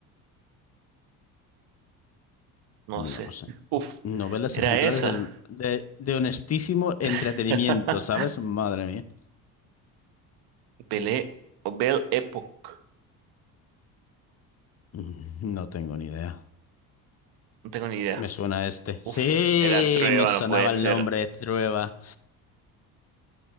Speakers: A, on the right; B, on the left.
A: no
B: no
A: sé.
B: lo sé.
A: Uf,
B: Novelas
A: era
B: ejemplares
A: esa.
B: del- de, de honestísimo entretenimiento,
A: <laughs>
B: ¿sabes? Madre mía. <laughs>
A: Belé o Belle Époque.
B: Mm, No tengo ni idea.
A: No tengo ni idea.
B: Me suena este. Sí,
A: Uf, era Trueba,
B: me sonaba
A: no puede
B: el
A: ser.
B: nombre, Trueba.